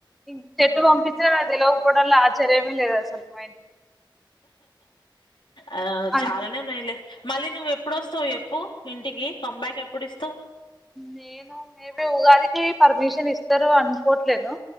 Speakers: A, in the centre; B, on the left.
A: ఇం చెట్టు పంపిచ్చిన నాకు తెలువకపోవడంలో ఆశ్చర్యమే లేదు అసలు మా ఇంటికి
B: ఆ
A: అ
B: చాలానే ఉన్నాయిలే మళ్ళీ నువ్వు ఎప్పుడోస్తావు చెప్పు ఇంటికి కంబ్యాక్ ఎప్పుడు ఇస్తావు
A: నిను మేబి ఉగాదికి ఇస్తారు అనుకోట్లేను